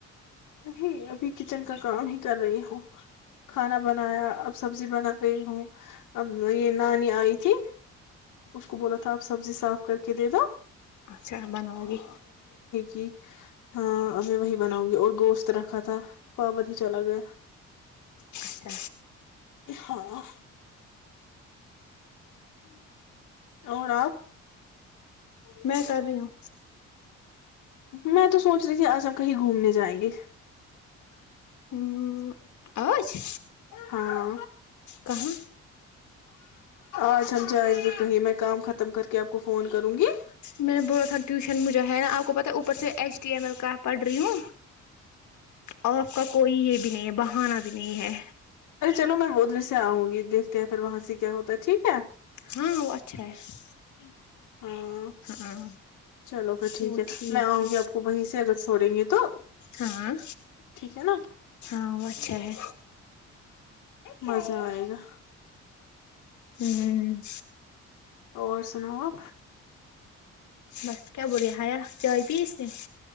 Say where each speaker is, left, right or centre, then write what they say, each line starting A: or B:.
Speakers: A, on the left; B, on the left.
A: نہیں ابھی کچن کا کام ہی کر رہی ہوں کھانا بنایا اب سبزی بنا رہی ہوں اب یہ نانی آئی تھی اس کو بولا تھا آپ سبزی صاف کر کے دے دو
B: اچھا بنؤ گی
A: جی ہاں ا وہی بناؤں گی اور گوشت رکھا تھا پاپند ہی چلا گیا
B: اچھا
A: ہاں اور آپ
B: میں کر رہی ہوں
A: میں تو سوچ رہی تھی آج ہم کہیں گھومنے جائیں گے
B: ہوں آج
A: ہاں
B: کہاں
A: آج ہم جائیں گے کہیں میں کام ختم کر کے آپ کو فون کروں گی
B: میں نے بولا تھا ٹیوشن مجھے ہے نا آپ کو پتا ہے اوپر سے H S T M A کا پڑھ رہی ہوں اور آ کا کوئی یہ بھی نہیں ہے بہانا بھی نہیں ہے
A: ارے چلو میں بودریے سے آؤں گی دیکھتے ہیں پھر وہاں سے کیا ہوتا ہے ٹھیک ہے
B: ہاں وہ اچھا
A: ملتا
B: ہے
A: ٹیک ہاں
B: ہاں
A: چلو پھر ٹھیک
B: وہ
A: ہے میں آؤں
B: ہے
A: گی آپ کو وہیں سے چھوڑیں گے تو
B: ہاں
A: ٹھیک ہے نا
B: ہاں اچھا ہے
A: مزہ آئے گا
B: ہوں
A: اور سناؤ
B: بس کیا بوولیا ہایا جئی ت اس نے